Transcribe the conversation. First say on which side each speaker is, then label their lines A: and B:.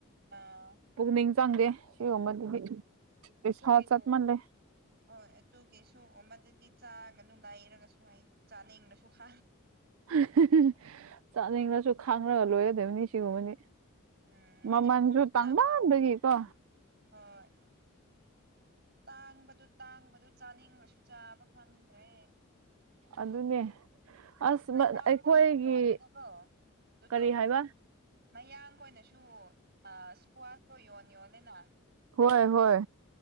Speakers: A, on the right; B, on the right.
A: ꯑꯥ <unintelligible>
B: ꯄꯨꯛꯅꯤꯡ ꯆꯪꯗꯦ ꯁꯤꯒꯨꯝꯕꯗꯨꯗꯤ ꯄꯩꯁꯥ
A: ꯑꯗꯨꯒꯤ
B: ꯆꯠꯃꯜꯂꯦ
A: ꯍꯣꯏ ꯑꯗꯨꯒꯤꯁꯨ ꯑꯃꯗꯗꯤ ꯆꯥꯒꯅꯨ ꯂꯩꯔꯒꯁꯨ ꯍꯥꯏ ꯆꯥꯅꯤꯡꯅꯁꯨ <unintelligible>
B: <unintelligible> ꯆꯥꯅꯤꯡꯉꯁꯨ ꯈꯥꯡꯉꯒ ꯂꯣꯏꯒꯗꯣꯏꯕꯅꯤ ꯁꯤꯒꯨꯝꯕꯗꯤ
A: ꯎꯝ ꯃꯅꯤꯄꯨꯔꯗꯅ
B: ꯃꯃꯜꯁꯨ ꯇꯥꯡꯃꯟꯕꯒꯤꯀꯣ
A: ꯍꯥꯎꯗꯅ ꯍꯣꯏ ꯇꯥꯡꯕꯗꯨ ꯇꯥꯡꯕꯗꯨ ꯆꯥꯅꯤꯡꯂꯁꯨ ꯆꯥꯕ ꯐꯪꯗ꯭ꯔꯦ
B: ꯑꯗꯨꯅꯦ ꯑꯁ
A: ꯃꯌꯥꯡ
B: ꯑꯩꯈꯣꯏꯒꯤ
A: ꯈꯣꯏꯅꯁꯤ ꯌꯣꯟꯕꯅꯦꯀꯣ ꯑꯗꯨꯗꯣ
B: ꯀꯔꯤ ꯍꯥꯏꯕ
A: ꯃꯌꯥꯡ ꯈꯣꯏꯅꯁꯨ ꯏꯁ꯭ꯀ꯭ꯋꯥꯁꯇꯣ ꯌꯣꯟ ꯌꯣꯂꯦꯅ
B: ꯍꯣꯏ ꯍꯣꯏ